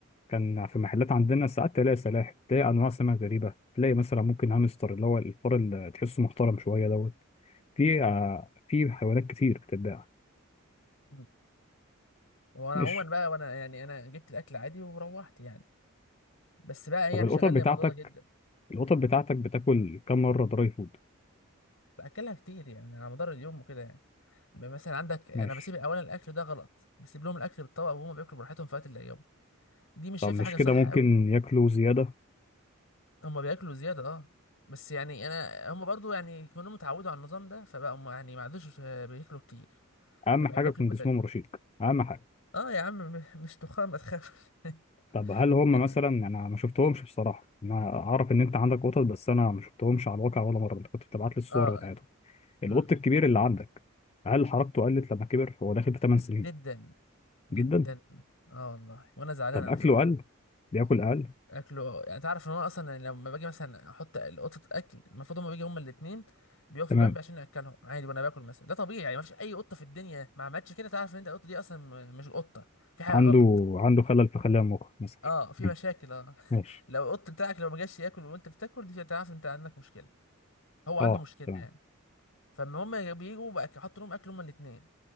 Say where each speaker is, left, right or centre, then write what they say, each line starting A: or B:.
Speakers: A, on the left; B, on the left.
A: كان في محلات عندنا ساعات تلاقي سلاحف تلاقي انواع سمك غريبه تلاقي مثلا ممكن هامستر اللي هو الفار اللي تحسه محترم شويه دوت في آه، في حيوانات كتير بتتباع
B: مم. وانا
A: ماشي
B: عموما بقى وانا يعني انا جبت الاكل عادي وروحت يعني بس بقى إيه،
A: طب
B: يعني
A: القطط
B: شغلني
A: بتاعتك
B: الموضوع ده جدا
A: القطط بتاعتك بتاكل كم مره دراي فود
B: باكلها كتير يعني على مدار اليوم وكده يعني مثلا عندك انا
A: ماشي
B: بسيب اولا الاكل ده غلط بسيب لهم الاكل بالطبق وهم بياكلوا براحتهم في وقت اللي يوم دي مش
A: طب
B: شايفه
A: مش
B: حاجه
A: كده
B: صح
A: ممكن
B: قوي
A: ياكلوا زيادة
B: هم بياكلوا زياده اه بس يعني انا هم برضو يعني كانوا اتعودوا على النظام ده فبقى هم يعني ما عادوش آه، بياكلوا كتير
A: أهم
B: يبقى
A: حاجة
B: بياكلوا
A: يكون
B: بمزاج
A: جسمهم رشيق أهم حاجة
B: اه يا عم م- مش تخان ما تخافش <laughs>
A: طب هل هم
B: لا انا
A: مثلا أنا ما شفتهمش بصراحة أنا أعرف إن أنت عندك قطط بس أنا ما شفتهمش على الواقع ولا مرة أنت كنت بتبعت لي الصور
B: اه
A: بتاعتهم
B: أيوة.
A: القط
B: امم
A: الكبير اللي عندك هل حركته قلت لما كبر هو داخل في 8 سنين
B: جدا جدا
A: جدا
B: اه والله وانا زعلان
A: طب
B: على
A: أكله
B: فكره
A: قل بياكل أقل
B: اكله يعني تعرف ان هو اصلا يعني لما باجي مثلا احط قطه الاكل المفروض هما بيجي هما الاثنين بيقفوا
A: تمام
B: جنبي عشان اكلهم عادي وانا باكل مثلا ده طبيعي يعني مفيش اي قطه في الدنيا ما عملتش كده تعرف ان انت القطه دي اصلا م- مش القطه في حاجه
A: عنده
B: غلط
A: عنده خلل في خلايا المخ مثلا
B: اه في
A: <laughs>
B: مشاكل اه
A: ماشي
B: <laughs> لو القط بتاعك لو ما جاش ياكل وانت بتاكل دي تعرف انت عندك مشكله هو عنده
A: أه
B: مشكله
A: تمام
B: يعني فاما هما بيجوا بقى يحطوا لهم اكل هما الاثنين